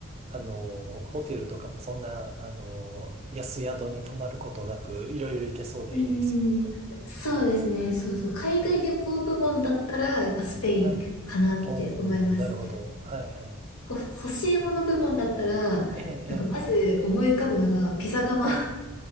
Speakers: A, on the right; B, on the left.
A: あの、ホテルとかもそんな、あの、安宿に泊まることなく、いろいろ行けそうでいいですよね。
B: うん。そうですね。
A: うん。
B: そうそう。海外旅行部門だったら、
A: はい。
B: やっぱスペインかなって思います。
A: はい。おー、なるほど。はい、はい。
B: ほ、欲しいもの部門だったら、
A: ええ、ええ。
B: なんかまず思い浮かぶのがピザ窯
A: はい。
B: <laughs>